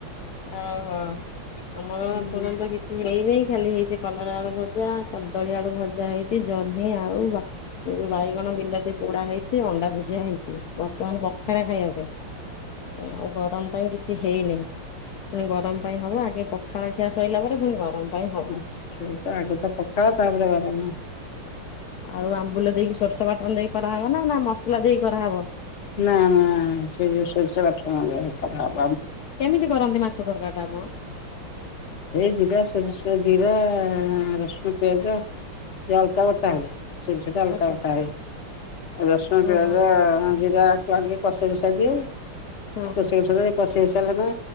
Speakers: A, on the left (about 70°); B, on the left (about 45°).
A: ହ ହୋ ଆମର
B: ହୁଁ
A: ତୁର କିଛି। ଏଇ ନେଇେଇ ଖାଲି ହେଇଛି କଲରା ଆଳୁ ଭଜା କଦଳୀ ଆଳୁ ଭଜା ହେଇଛି ଜହ୍ନି ଆଳୁ ଯୋଉ ବାଇଗଣ ବିଲାତି ପୋଡା ହେଇଛି ଅଣ୍ଡା ଭୁଜିଆ ହେଇଛି ବର୍ତ୍ତମାନ ପଖାରେ ଖାଇବା ପାଇଁ ଆଉ ଗରମ ପାଇଁ କିଛି ହେଇନି ପୁଣି ଗରମ ପାଇଁ ହବ ଆଗେ ପଖାଳ ଖିଆ ସୋଇଲା ପରେ ପୁଣି ଗରମ ପାଇଁ ହବ
B: ଆଛାଇ ଆଗେ ତ ପଖାତାପଡେ ବାାର
A: ଆଉୁ ଆମ୍ବୁଲ ଦେଇକି ସୋର୍ଷ ବାଟନ ଦେଇ କରାହେବ ନା ନା ମସଲା ଦେଇକି କରାହେବ
B: ନା ନା ସେଇ ସର୍ଷ ବା ନ
A: କେମିତି କରନ୍ତି ମାଛ ତରକାରୀ ାମ
B: ଏଇ ଜିରା ସୋରିଷ ଜିରା ରସୁଣ ପିଆଜ ଅଲକା ବଟା ହ ସୋରିଷ ଟା ହାଲ୍କା
A: ଆଚ୍ଛା
B: ଫୁଟ ହୁଏ ରସୁଣ ପିଆଜ
A: ଓହୋ
B: ଏରା ଆଗେ କଷା କୁସା ଦିଏ।
A: ହଁ
B: କାଶୀ କୁଶା ଦେଲେ କସ ହେଇ ସାର୍ଲାନେ